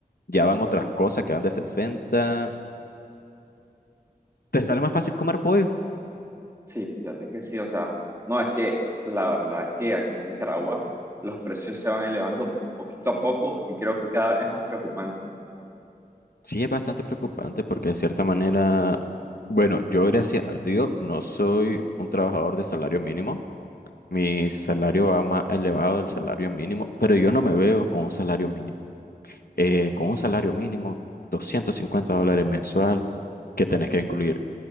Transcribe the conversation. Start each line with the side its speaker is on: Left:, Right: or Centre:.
Left: ya van otras cosas que van de sesenta te sale más fácil comer pollo.
Right: Sí, fíjate que sí, o sea, no, es que la verdad es que aquí en Nicaragua los precios se van elevando poquito a poco y creo que cada vez es más preocupante.
Left: Sí, es bastante preocupante porque de cierta manera, bueno, yo gracias a Dios no soy un trabajador de salario mínimo. Mi salario va más elevado del salario mínimo, pero yo no me veo con un salario mínimo. Eh, con un salario mínimo, 250 dólares mensual, que tenés que incluir?